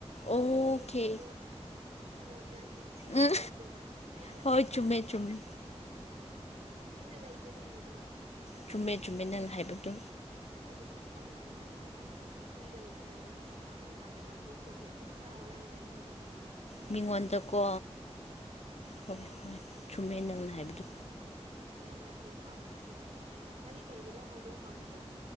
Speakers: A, on the left (about 70°); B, on the right (about 80°).
A: ꯑꯣꯀꯦ
B: ꯑꯣ ꯃꯤꯗꯣ ꯃꯤꯉꯣꯟꯗ ꯌꯦꯡꯊꯕꯒꯤ
A: ꯎꯝ
B: ꯅꯠꯇꯦꯕ ꯑꯩꯅ
A: ꯍꯣꯏ
B: ꯁꯨꯃꯥꯏꯅ
A: ꯆꯨꯝꯃꯦ
B: ꯑꯗꯨꯝ
A: ꯆꯨꯝꯃꯦ
B: ꯇꯨꯃꯤꯟꯅ ꯂꯩꯖꯅꯤꯡꯕꯗꯣ
A: ꯆꯨꯝꯃꯦ ꯆꯨꯝꯃꯦꯅꯜ ꯍꯥꯏꯕꯗꯨ
B: ꯃꯊꯟꯗ ꯑꯗꯨꯝ ꯐꯝꯖꯅꯤꯡꯕ ꯑꯗꯨ ꯃꯇꯝꯗ ꯍꯨꯏꯒꯕ ꯂꯩꯅꯕꯁꯦ ꯌꯥꯝ ꯅꯨꯡꯉꯥꯏꯌꯦꯕ ꯍꯨꯏꯈꯣꯏꯗꯤ ꯑꯗꯨꯝ ꯍꯔꯥꯎꯔꯒ ꯂꯩꯅꯤꯌꯦ
A: ꯃꯤꯉꯣꯟꯗꯀꯣ ꯍꯣꯏ ꯍꯣꯏ ꯁꯨꯝꯃꯦ ꯅꯪꯅ ꯍꯥꯏꯕꯗꯨ
B: ꯑꯗꯨꯒꯤꯅꯦ ꯑꯩꯅ ꯍꯨꯏ ꯄꯥꯝꯃꯤꯁꯦ ꯅꯪꯗꯤ ꯀꯩꯒꯤꯅꯣ ꯍꯧꯗꯣꯡ ꯄꯥꯝꯃꯤꯗꯣ